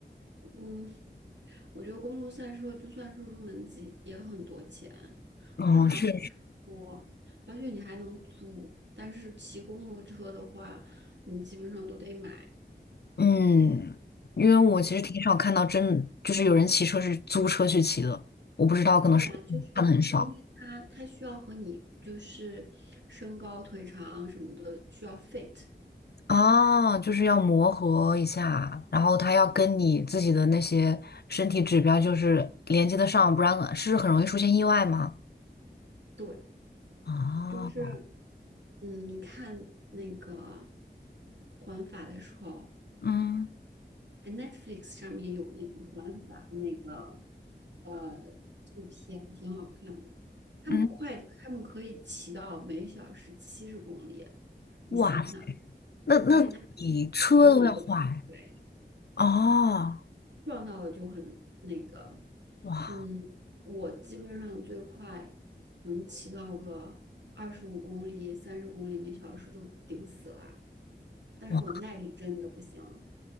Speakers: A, on the right; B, on the left.
A: 嗯，我觉得公路赛车就算是入门级也很多钱，
B: 嗯，
A: 和滑雪差不多。
B: 是，
A: 滑雪你还能租，但是骑公路车的话，你基本上都得买。
B: 嗯，因为我其实挺少看到真就是有人骑车是租车去骑的，我不知道，可能是看的很少
A: 对啊，就是因为它它需要和你就是身高腿长什么的需要 fit，
B: 啊，就是要磨合一下，然后它要跟你自己的那些身体指标就是连接得上，不然是很容易出现意外吗？
A: 对，
B: 啊，
A: 就是嗯，你看那个环法的时候，
B: 嗯
A: 哎，Netflix 上面有那个环法的那个呃纪录片，挺好看的。他们快，
B: 嗯，
A: 他们可以骑到每小时七十公里，你想想，
B: 哇。那那你车都要坏
A: 而且他只有一个头盔。
B: 哦，
A: 撞到了就很那个，
B: 哇
A: 嗯，我基本上最快能骑到个二十五公里、三十公里每小时就顶死了，但是我耐力真的不行，
B: 哇，